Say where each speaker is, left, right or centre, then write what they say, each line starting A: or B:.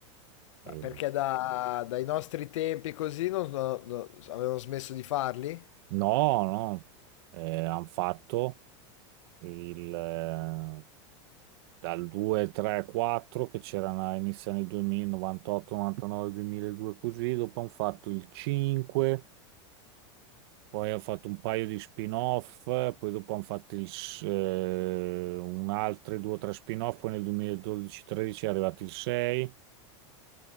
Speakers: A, on the right; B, on the left.
A: E-
B: Ma Perché da- dai nostri tempi così non, non- non- avevano smesso di farli?
A: No, no, eh, hanno fatto il, eh, dal 2, 3, 4 che c'erano all'inizio anni 2000, 98, 99, 2002 così, dopo hanno fatto il 5, poi hanno fatto un paio di spin-off, poi dopo hanno fatto il, s- eh, un altro 2 o 3 spin-off, poi nel 2012-13 è arrivato il 6, un